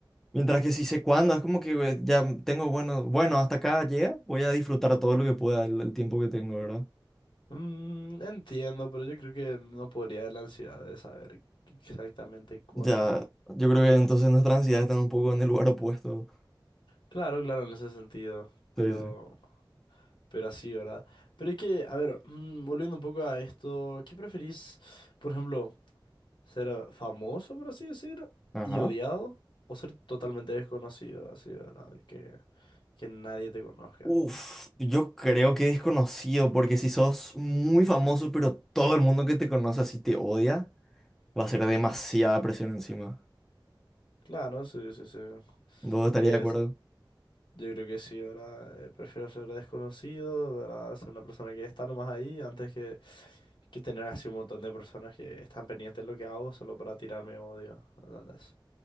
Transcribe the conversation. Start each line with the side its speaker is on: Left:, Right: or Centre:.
Centre: Mientras que si sé cuándo, es como que eh, ya tengo, bueno, bueno, hasta acá llega, voy a disfrutar todo lo que pueda el, el tiempo que tengo, ¿verdad?
Left: Mm, entiendo, pero yo creo que no podría de la ansiedad de saber exactamente cuándo.
Centre: Ya, yo creo que entonces nuestras ansiedades están un poco en el lugar opuesto.
Left: Claro, claro, en ese sentido, pero...
Centre: Sí, sí.
Left: Pero así, ¿verdad? Pero hay que, a ver, mm, volviendo un poco a esto, ¿qué preferís, por ejemplo, ser eh, famoso, por así decir,
Centre: Ajá.
Left: y odiado, o ser totalmente desconocido, así, ¿verdad? Que, que nadie te conozca.
Centre: Uf, yo creo que desconocido, porque si sos muy famoso, pero todo el mundo que te conoce así te odia, va a ser demasiada presión encima.
Left: Claro, sí, sí, sí.
Centre: ¿Vos estarías
Left: Es,
Centre: de acuerdo?
Left: yo creo que sí, ¿verdad? Eh, prefiero ser desconocido, ¿verdad? Ser una persona que está nomás ahí, antes que, que tener así un montón de personas que están pendientes de lo que hago solo para tirarme odio, ¿entendés?